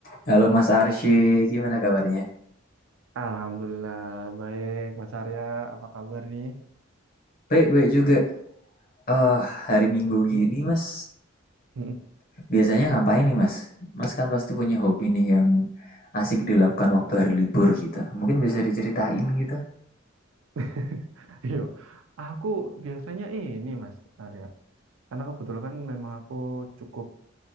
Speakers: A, on the left (about 45°); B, on the right (about 70°).
A: Halo Mas Arsy, gimana kabarnya?
B: Alhamdulillah baik Mas Arya apa kabar nih
A: Baik-baik juga. Eh, hari
B: Eh,
A: Minggu gini
B: hmm?
A: Mas,
B: Hmm.
A: biasanya ngapain nih Mas? Mas kan pasti punya hobi nih yang asik dilakukan waktu hari libur gitu. Mungkin bisa diceritain gitu.
B: <laughs> Yo, aku biasanya ini Mas Arya karena kebetulan kan memang aku cukup